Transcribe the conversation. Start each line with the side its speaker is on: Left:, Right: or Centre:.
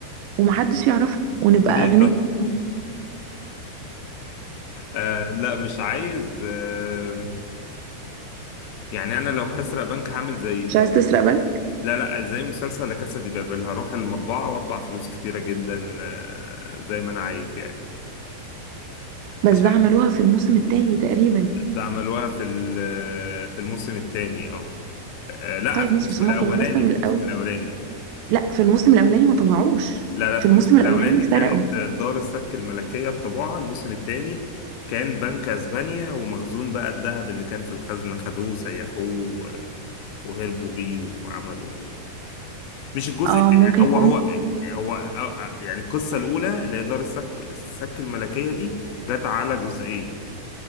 Right: ومحدش يعرفنا ونبقى
Left: وليه
Right: أغنياء
Left: طب <laughs> آه لا مش عايز آه يعني انا لو هسرق بنك هعمل زي
Right: مش
Left: زي
Right: عايز تسرق بنك
Left: لا لا زي مسلسل لا كاسا دي بابل هروح المطبعة واطبع فلوس كتيرة جدا آه زي ما انا عايز يعني
Right: بس
Left: عشان
Right: ده عملوها في الموسم التاني تقريبا
Left: ده عملوها في ال- في الموسم الثاني اه آه، لا
Right: طيب
Left: في الموسم
Right: ماشي بس هما
Left: الاولاني
Right: في الموسم
Left: في
Right: الاول
Left: الموسم الاولاني
Right: لا في الموسم الاولاني ما طبعوش
Left: لا لا في
Right: في الموسم
Left: الموسم
Right: الاولاني
Left: الاولاني
Right: سرقوا
Left: كانت دار السك الملكيه الطباعه الموسم الثاني كان بنك اسبانيا ومخزون بقى الذهب اللي كان في الخزنه خدوه سيحوه آه، وهربوا بيه وعملوا مش الجزء
Right: اه
Left: الت-
Right: ممكن
Left: هو
Right: يكون
Left: هو هو آه، آه، يعني القصه الاولى اللي هي دار السك السك الملكيه دي جت على جزئين